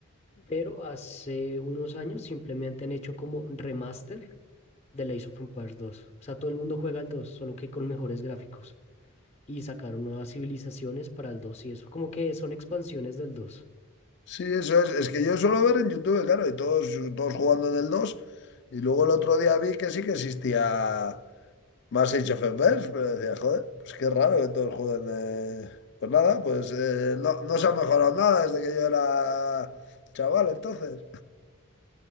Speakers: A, on the left (about 30°); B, on the left (about 50°).
A: Pero hace unos años simplemente han hecho como remaster de Age of Empires dos O sea, todo el mundo juega al 2 solo que con mejores gráficos. Y sacaron nuevas civilizaciones para el 2 y eso. Como que son expansiones del dos
B: Sí, eso es. Es que yo suelo ver en YouTube, claro, y todos, todos jugando en el 2. Y luego el otro día vi que sí que existía más Age of Empires, pero decía, joder, pues qué raro que todos jueguen. eh". Pues nada, pues eh, no, no se ha mejorado nada desde que yo era chaval, entonces.